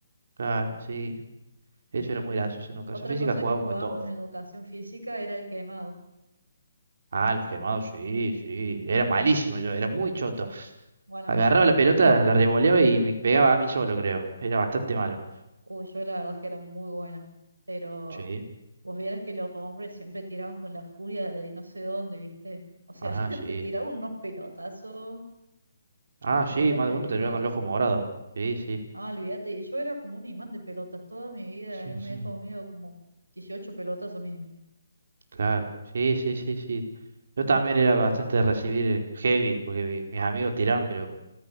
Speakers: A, on the right; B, on the right.
A: Claro, sí, eso
B: Y
A: era muy
B: t-
A: gracioso. En educación
B: otra
A: física
B: cosa
A: jugábamos
B: que jugábamos
A: de todo.
B: en educación física era el quemado.
A: Ah, los quemados, sí, sí. Era malísimo yo, era muy choto.
B: Bueno,
A: Agarraba la pelota, la revoleaba y me pegaba a mí solo, creo. Era bastante malo.
B: uy, yo la verdad es que era muy buena, pero
A: Sí.
B: vos vieras que los hombres siempre tiraban con la furia de no sé dónde, ¿viste? O sea,
A: Ah,
B: <laughs>
A: sí.
B: te tiraban unos pelotazos
A: Ah,
B: que
A: sí,
B: había
A: más
B: que
A: de uno
B: evitar.
A: terminó con el ojo morado. Sí, sí.
B: Ah, olvídate, yo era como un imán de pelotas toda mi vida,
A: <laughs>
B: eh, Me he comido como 18 pelotas o mínimo.
A: Claro, sí, sí, sí, sí. Yo también era bastante de recibir heavy, porque mi- mis amigos tiraban, pero...